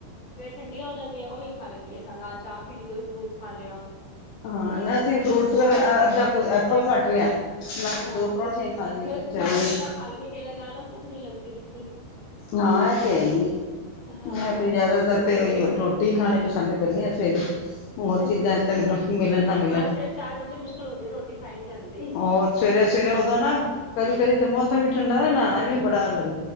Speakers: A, on the left (about 50°); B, on the left (about 75°).
A: ਸਵੇਰੇ ਠੰਡੀਆਂ ਹੋ ਜਾਂਦੀਆਂ ਓਹੀ ਖਾ ਲੈਂਨੀ ਆ ਨਾਲ ਚਾਹ ਪੀ ਲਈ ਤੇ <unintelligible> ਫਰੂਟ ਖਾ ਲਿਆ।
B: ਹਾਂ ਨਾ ਅਸੀਂ ਫਰੂਟਸ ਵਗੈਰਾ ਅੱਧਾ ਕ ਐਪਲ ਕੱਟ ਲਿਆ ਨਾਲੇ
A: ਹਾਂ
B: ਦੋ ਪਰੌਂਠੀਆਂ
A: ਇਕ
B: ਖਾ ਲਈਆਂ
A: ਮੈਂ
B: ਤੇ ਚਲੋ
A: ਤਾਂ ਕੇਲਾ ਖਾ ਲੈਂਨੀ ਆ, ਕੇਲਾ ਨਾਲ ਨਾ ਭੁੱਖ ਨੀ ਲੱਗਦੀ ਬਿਲਕੁੱਲ
B: ਹਾਂ ਤੇ ਹੈ ਈ ਏ।
A: ਹਾਂ
B: ਮੈਂ ਤੇ
A: ਉਹ
B: ਜਾਦਾਤਰ
A: ਖਾ ਲੈਂਦੀ
B: ਤੇ
A: ਆ ਬਸ
B: ਓ ਈ ਓ, ਰੋਟੀ ਖਾਣੀ ਪਸੰਦ ਕਰਨੀ ਆ ਸਵੇਰੇ ਹੋਰ
A: ਅੱਛਾ
B: ਚੀਜ਼ਾਂ
A: ਅੱਛਾ
B: ਤੇ ਮੈਨੂੰ ਮਿਲਣ ਨਾ ਮਿਲ
A: ਹਾਂ ਸਵੇਰੇ ਚਾਰ ਵਜੇ ਮੁਸ਼ਕਿਲ ਹੁੰਦੀ ਏ ਰੋਟੀ ਖਾਈ ਨੀ ਜਾਂਦੀ।
B: ਹੋਰ ਸਵੇਰੇ ਸਵੇਰੇ ਉਦੋਂ ਨਾ ਕਦੀ ਕਦੀ, ਤਾਂ ਮੌਸਮ ਵੀ ਠੰਡਾ ਨਾ ਨਹਾਣਾ ਵੀ ਬੜਾ ਲੱਗ